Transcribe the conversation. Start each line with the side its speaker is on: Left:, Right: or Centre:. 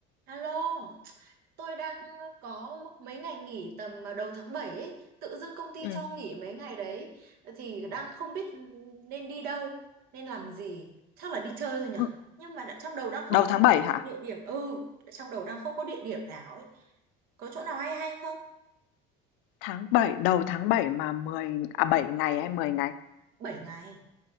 Right: Alo, tôi đang có mấy ngày nghỉ tầm đầu tháng 7 ấy. Tự dưng công ty
Left: Ừm.
Right: cho nghỉ mấy ngày đấy thì đang không biết ừ, nên đi đâu, nên làm gì. Chắc là đi chơi thôi nhở.
Left: Ừm,
Right: Nhưng mà đã, trong đầu đang không
Left: đầu
Right: có
Left: tháng
Right: một
Left: 7 hả?
Right: địa điểm. Ừ, trong đầu đang không có địa điểm nào ấy. Có chỗ nào hay hay không?
Left: Tháng bảy đầu tháng 7 mà 10 à 7 ngày hay 10 ngày?
Right: bảy ngày.